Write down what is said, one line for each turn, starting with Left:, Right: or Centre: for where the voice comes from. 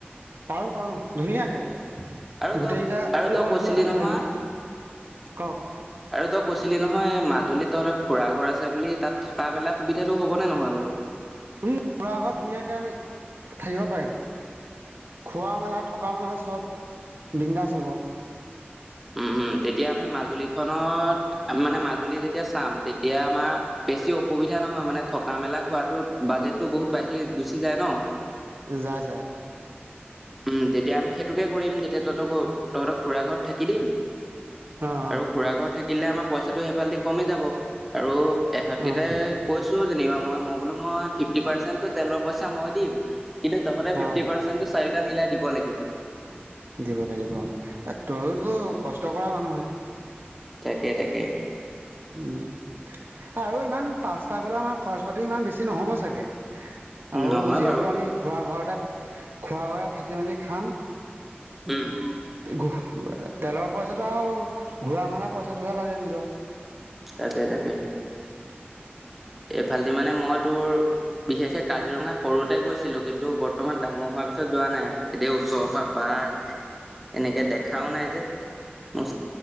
Right: পাৰো পাৰো ধুনীয়াকে
Centre: আৰু তই
Right: গোটেইকেইটাৰ
Centre: আৰু তই
Right: লগত
Centre: কৈছিলি
Right: গলে ভাল
Centre: নহয়
Right: লাগিব ক ক
Centre: ত কৈছিলি নহয় মাজুলীত তহঁতৰ খুৰা ঘৰ আছে বুলি তাত থকা বেলা সুবিধাটো হ'বনে নহয় বাৰু
Right: উ ঘুৰা ঘৰত ধুনীয়াকে আমি থাকিব পাৰিম। খোৱা মেলা থকা মেলা চব বিন্দাজ হ'ব। <inaudible>
Centre: উম, উম, তেতিয়া আমি মাজুলী খত মানে মাজুলী যেতিয়া চাম তেতিয়া আমাৰ বেছি অসুবিধা সা নহয় মানে থকা মেলা খোৱাাতো বাজেটো বহুত বাঢ়ি গুচি যায় ন।
Right: যায় যায়।
Centre: উম তেতিয়া আমি সেইটোকে কৰিম তেতিয়া তহঁতৰ ঘ তহঁতৰ খুৰা ঘৰত থাকি দিম।
Right: অ',
Centre: আৰু খুৰা ঘৰত থাকিলে আমাৰ পইচাটো সেইফালেদি কমি যাব আৰু এহঁতকেই
Right: অ', অ',
Centre: কৈছো যেনিবা মই মই বোলো মই ফিফটি পাৰ্চেন্টটো তেলৰ পইচা মই দিম। কিন্তু তহঁতে ফিফটি
Right: অ'।
Centre: পাৰ্চেটো চাৰিটা মিলাই দিব লাগিব।
Right: দিব লাগিব এ তয়তো কষ্ট কৰা মানুহে
Centre: তাকে তাকে
Right: উম আৰু ইমান পাঁচটা গলে আমাৰ খৰচ পাতি ইমান বেছি নহ'ব চাগে। আৰু
Centre: নহয়
Right: যিহেতু
Centre: বাৰু
Right: আমি খোৱা ঘৰতে খোৱা ঘ থাকি মেলি খাম।
Centre: উম
Right: তেলৰ পইচাটো আৱ ঘূৰা মেলা পইচাটোহে লাগে নিজৰ
Centre: তাকে তাকে এইফালেদি মানে মই তোৰ বিশেষকে কাজিৰঙা সৰুতে গৈছিলোঁ কিন্তু বৰ্তমান ডাঙৰ হোৱাৰ পিছত যোৱা নাই এনে ওচৰৰ পৰা বাঘ এনেকে দেখাও নাই যে ম